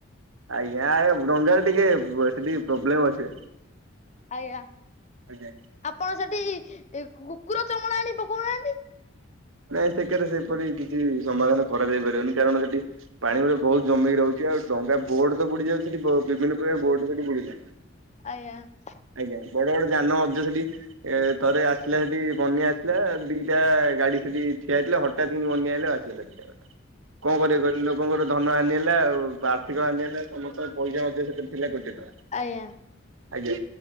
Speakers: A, on the right (about 80°); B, on the left (about 35°).
A: ଆଜ୍ଞା, ଏ ଡଙ୍ଗାରେ ଟିକେ ସେଠି ଟିକେ ପ୍ରୋବ୍ଲେମ୍ ଅଛି।
B: ଆଜ୍ଞା,
A: ଆଜ୍ଞା।
B: ଆପଣ ସେଠି କୁକୁର ଚମଣା ଆଣି ପକଉନାହାଁନ୍ତି?
A: ନାଇଁ ସେକେରେ, ସେପରି କିଛି ସମାଧାନ କରାଯାଇ ପାରିବନି। କାରଣ ସେଠି ପାଣି ଗୋଟେ ବହୁତ ଜମେଇ ରହୁଛି। ଆଉ ଡଙ୍ଗା ବୋର୍ଡ ତ ବୁଡି ଯାଉ ସେଠି, ବିଭିନ୍ନ ପ୍ରକାର ବୋର୍ଡ ସେଠି ବୁଡି ଲାଇଁ।
B: ଆୟାଁ।
A: ଆଜ୍ଞା, ବଡ ବଡ ଯାନ ମଧ୍ୟ ସେଠି ଏ ଥରେ ଆସିଲା ହେଠି ବନ୍ୟା ଆସିଲା, ଦିଟା ଗାଡି ସେଠି ଠିଆ ହେଇଥିଲା, ହଠତ୍ କିନି ବନ୍ୟା ଆଇଲା। <inaudible> କଣ କରିବା କହିଲୁ, ଲୋକଙ୍କର ଧନ ହାନି ହେଲା ଆଉ ପା ସେ କ ଏମିତି ହେଲେ ସମସ୍ତଙ୍କ ପଇସା ଅଧିକ ସେଠ ଥିଲେ କୋଟିଏ ଟଙ୍କା,
B: ଆଜ୍ଞା।
A: ଆଜ୍ଞା